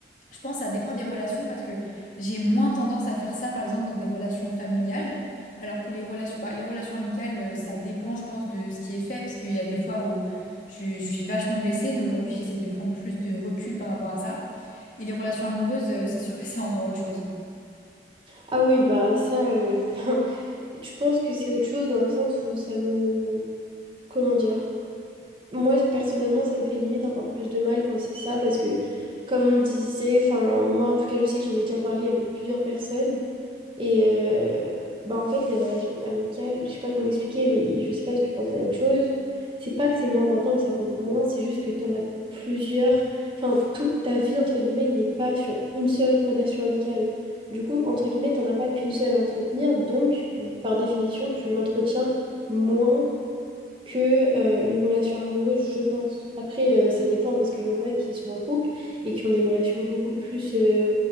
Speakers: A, on the left; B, on the right.
A: je pense que ça dépend des relations parce que j'ai moins tendance à faire ça, par exemple, dans des relations familiales, alors que les relations, bah, les relations amicales, euh, ça dépend, je pense, de ce qui est fait, parce qu'il y a des fois où je suis vachement blessée, mais aujourd'hui, j'essaye de prendre plus de recul par rapport à ça. Et les relations amoureuses, euh, c'est sûr que c'est encore autre chose.
B: Ah oui, bah ça, euh, <laughs> je pense que c'est autre chose dans le sens où ça nous... Comment dire? Moi, personnellement, ça me fait limite encore plus de mal quand c'est ça parce que, comme on disait, enfin, moi, en tout cas, je sais que j'en ai déjà parlé avec plusieurs personnes. Et euh, bah en fait, les relations amicales, je sais pas comment expliquer, mais je sais pas si tu penses la même chose. C'est pas que c'est moins important et que ça compte moins, c'est juste que tu en as plusieurs. Enfin, toute ta vie, entre guillemets, n'est pas sur une seule relation amicale. Du coup, entre guillemets, t'en as pas qu'une seule à entretenir, donc par définition, tu l'entretiens moins que euh, une relation amoureuse, je pense. Après, euh, ça dépend parce qu'il y en a qui sont en couple et qui ont des relations beaucoup plus, euh,